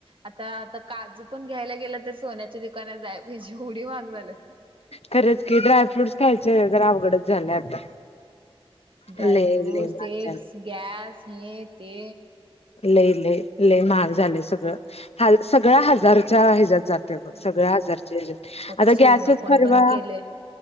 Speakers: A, on the right (about 55°); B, on the left (about 75°).
A: आता आता काजू पण घ्यायला गेलं तर सोन्याच्या दुकाना जाया पाहिजे एवढी महाग झाल्यात.
B: खरंच की, ड्रायफ्रूट्स खायचे जर अवघडच झालयं आता.
A: ड्रायफ्रूटस
B: लय लय महाग
A: तेच,
B: झालंय.
A: गॅस हे न ते.
B: लई-लई लय महाग झाले सगळं, ह सगळ्या हजारच्या ह्याच्यात जात. हे बघ,
A: होय.
B: सगळ्या हजारचे आता
A: ते सोनं
B: गॅसच
A: पण
B: परवा
A: बंद केलंय